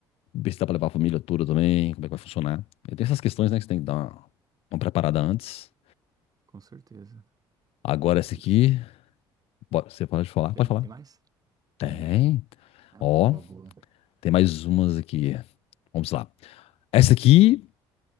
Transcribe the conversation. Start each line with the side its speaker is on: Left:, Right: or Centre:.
Left: Ver se dá pra levar a família toda também, como é que vai funcionar. E tem essas questões, né, que você tem que dar uma, uma preparada antes.
Right: Com certeza.
Left: Agora essa
Right: Tem
Left: aqui,
Right: que... se-
Left: bo- você pode falar?
Right: Tem,
Left: Pode falar.
Right: tem mais?
Left: Tem.
Right: Bem, bem, bem. Ah,
Left: Ó,
Right: boa, boa.
Left: tem mais umas aqui. Vamos lá. Essa aqui,